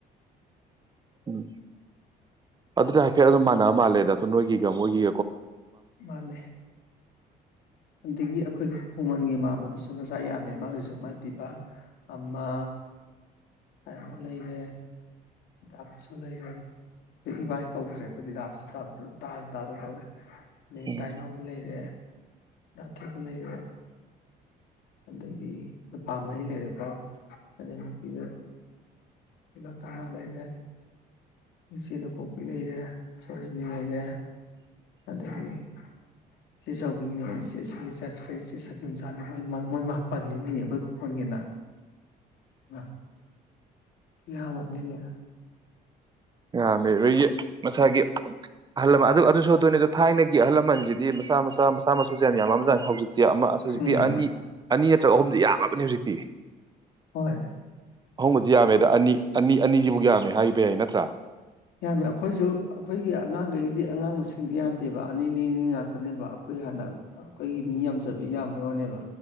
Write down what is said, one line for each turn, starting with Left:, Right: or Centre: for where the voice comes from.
Right: ꯎꯝ ꯑꯗꯨꯗ꯭ꯔ ꯍꯥꯏ ꯈꯦ ꯑꯗꯨꯝ ꯃꯅ ꯑꯃ ꯃꯥꯜ ꯂꯩꯦꯗ ꯣ ꯅꯣꯏꯒꯤꯒ ꯃꯣꯏꯒꯤ
Left: ꯃꯥꯅꯦ ꯑꯗꯒꯤ ꯑꯩꯈꯣꯏ ꯈꯣꯡꯃꯟꯒꯤ ꯃꯝꯕꯗꯨꯁꯨ ꯃꯆꯥ ꯌꯥꯝꯃꯦ ꯃꯥꯒꯤꯁꯨ ꯃꯥꯏ ꯄꯤꯕ ꯑꯃ ꯇꯥꯏꯃꯣ ꯂꯩꯔꯦ ꯗꯥꯞꯁꯨ ꯂꯩꯔꯦ ꯑꯩꯈꯣꯏ ꯏꯕꯥꯏ ꯀꯧꯗ꯭ꯔꯦ ꯑꯩꯈꯣꯏꯗꯤ ꯗꯥꯞꯁꯨ ꯇꯥꯗ ꯇꯥꯗ ꯀꯧꯔꯦ ꯑ
Right: ꯎꯝ
Left: ꯇꯥꯏꯅꯥꯎꯕꯨ ꯂꯩꯔꯦ ꯊꯕ ꯂꯩ ꯍꯔꯦ ꯑꯗꯒꯤ ꯅꯨꯄꯥ ꯃꯔꯤ ꯂꯩꯔꯦꯀꯣ ꯑꯗꯩ ꯅꯨꯄꯤꯗꯣ ꯀꯤꯂꯣ ꯇꯃꯉꯥ ꯂꯩꯔꯦ ꯏꯆꯦ ꯂꯨꯀꯣꯛꯄꯤ ꯂꯩꯔꯦ ꯁꯣꯔꯖꯤꯅꯤ ꯂꯩꯔꯦ ꯑꯗꯒꯤ ꯆꯦ ꯆꯥꯎꯕꯤꯅꯦ ꯆꯦ ꯁꯦ ꯆꯁꯦ ꯆꯦ ꯁꯥꯦ ꯆꯣꯏ ꯃꯣꯏꯄꯅꯤ ꯃꯤꯅꯦ ꯀꯣꯏ ꯍꯒꯅ <unintelligible> ꯌꯥꯃ ꯅꯌꯥ
Right: ꯌꯥ ꯃꯁꯥꯒꯤ ꯑꯍꯜ ꯂꯃꯟ ꯑꯗꯨ ꯑꯗꯨ ꯁꯣꯏꯗꯣꯏꯅꯤ ꯑꯗꯣ ꯊꯥꯏꯅꯒꯤ ꯑꯍꯜ ꯂꯃꯟꯁꯤꯗꯤ ꯃꯆꯥ ꯃꯆꯥ ꯃꯆꯥ ꯃꯁꯨꯁꯦ ꯌꯥꯝꯃꯃ ꯆꯥꯅꯤ ꯍꯧꯖꯤꯛꯇꯤ ꯑꯃ ꯑ ꯍꯧꯖꯤꯛꯇꯤ
Left: ꯎꯝ
Right: ꯑꯅꯤ ꯑꯅꯤ ꯅꯠꯇ꯭ꯔꯒ ꯑꯍꯨꯝꯗꯤ ꯌꯥꯝꯃꯕꯅꯤ ꯍꯧꯖꯤꯛꯇꯤ
Left: ꯍꯣꯏ
Right: ꯑꯍꯣꯡꯕꯁꯤ ꯌꯥꯝꯃꯦꯗ ꯑꯅꯤ ꯑꯅꯤ ꯑꯅꯤꯁꯤꯕꯨ ꯌꯥꯝꯃꯦ ꯍꯥꯏꯕ ꯌꯥꯏ ꯅꯠꯇ꯭ꯔꯥ
Left: ꯌꯥꯝꯃꯦ ꯑꯩꯈꯣꯏꯁꯨ ꯑꯩꯈꯣꯏꯒꯤ ꯑꯉꯥꯡꯈꯩꯗꯤ ꯑꯉꯥꯡꯕꯁ ꯁꯤꯡꯗꯤ ꯌꯥꯝꯗꯦꯕ ꯑꯅꯤ ꯅꯤꯅꯤ ꯉꯥꯛꯇꯅꯦꯕ ꯑꯩꯈꯣꯏ ꯍꯥꯟꯅ ꯑꯩꯈꯣꯏꯒꯤ ꯃꯤ ꯌꯥꯝꯖꯕ ꯌꯥꯝꯕꯩ ꯋꯥꯅꯦꯕ